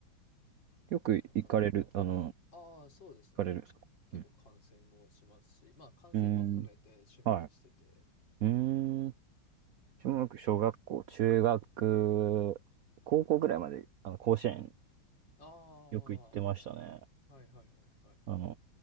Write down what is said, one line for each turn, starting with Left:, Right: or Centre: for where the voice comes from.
Right: よく行かれる、
Left: なかなか、はい。
Right: あの、行
Left: ああ、そうですね。
Right: かれるんですかうん。
Left: 結構観戦もしますし、まあ、観戦も含めて趣味にしてて。
Right: うーん。はい。うーん。小学、小学校、中学、高校ぐらいまで、あの、甲子園
Left: ああ、
Right: よく行ってましたね。
Left: はいはいはいはい。
Right: あの、